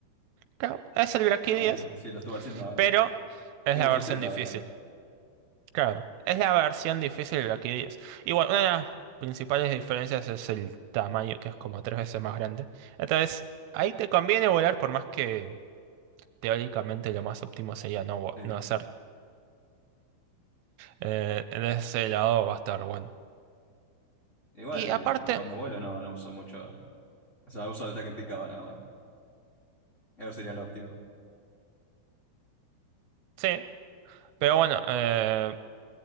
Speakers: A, on the right; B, on the left.
A: Claro, es el Blaquidios,
B: Ah, sí, lo estuve haciendo.
A: pero es
B: Tengo
A: la
B: su
A: versión
B: set
A: difícil.
B: ahora.
A: Claro, es la versión difícil del Blaquidios. Y bueno, una de las principales diferencias es el tamaño, que es como tres veces más grande. Entonces, ahí te conviene volar por más que teóricamente lo más óptimo sería no, gua-
B: Sí.
A: no hacer. Eh, de ese lado va a estar bueno.
B: Igual
A: Y aparte,
B: cuando vuelo no, no uso mucho. O sea, uso el ataque en picado nada más. Eso sería lo óptimo.
A: sí, pero bueno, eh,